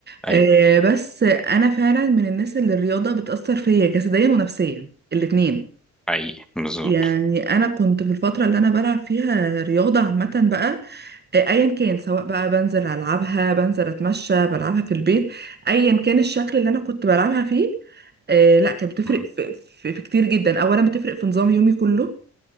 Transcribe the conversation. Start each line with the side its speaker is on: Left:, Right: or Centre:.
Right: آه،
Centre: ايوه
Right: بس أنا فعلا من الناس اللي الرياضة بتأثر فيا جسديا ونفسيا الاتنين
Centre: حقيقي بالظبط
Right: يعني انا كنت في الفتره اللي انا بلعب فيها رياضه عامه بقى ايا كان سواء بقى بنزل العبها بنزل اتمشى بلعبها في البيت ايا كان الشكل اللي انا كنت بلعبها فيه آه لا كانت بتفرق
Centre: مم.
Right: في, في, في كتير جدا اولا بتفرق في نظام يومي كله